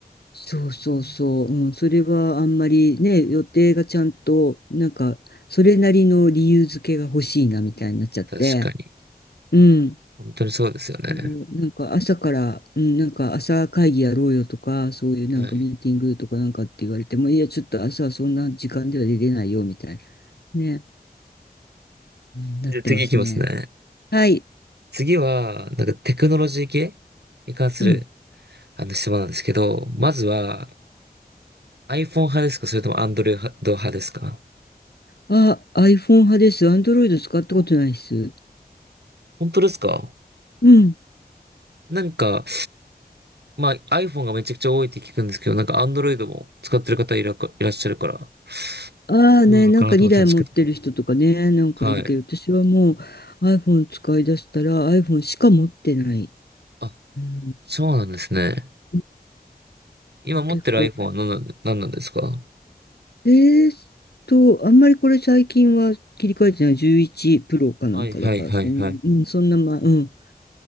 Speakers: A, on the left; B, on the right.
A: そうそうそう、うん、それはあんまりね、予定がちゃんと、なんか、それなりの理由付けが欲しいなみたいになっちゃって、
B: 確かに。
A: うん、
B: 本当にそうですよね。
A: そう、なんか朝から、うん、なんか朝会議やろうよとか、そういうなんかミーティングとかなんかって言われても、
B: はい。
A: いや、ちょっと朝はそんな時間では出れないよみたいな、ね、うんなってますね。
B: じゃあ次行きますね。
A: はい、
B: 次は、なんかテクノロジー系に関する
A: うん。
B: あの質問なんですけど、まずは iPhone 派ですかそれとも Android 派ですか
A: あ、iPhone 派です。Android 使ったことないです。
B: お本当ですか
A: うん。
B: なんか、まあ iPhone がめちゃくちゃ多いって聞くんですけど、なんか Android も使ってる方いらか、いらっしゃるから、
A: ああね、
B: どうなのかなと思ってたんですけど。
A: なんか2台持ってる人とかね、なんかいるけど、
B: はい。
A: 私はもう iPhone 使い出したら iPhone しか持ってない。
B: あ、
A: うん、
B: そうなんですね。
A: うん
B: 今持ってる
A: 結構。
B: iPhone は何なんで、何なんですか
A: えーっと、あんまりこれ最近は切り替えてない11プロかなんかだから、
B: はいはいはいはい。
A: そんなに、うん、そんなま、うん。